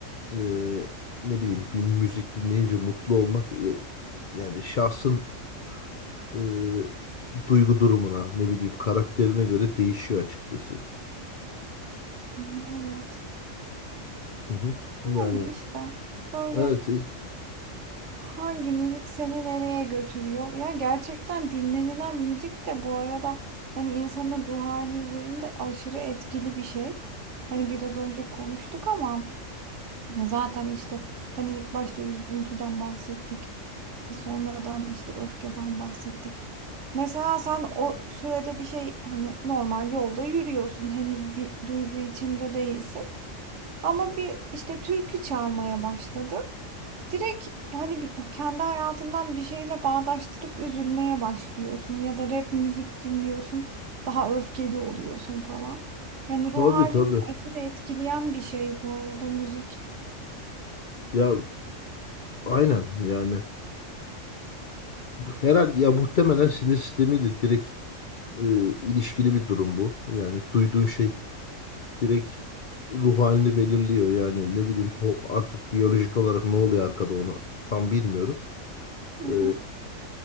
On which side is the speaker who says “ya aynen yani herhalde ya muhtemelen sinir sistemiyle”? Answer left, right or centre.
Left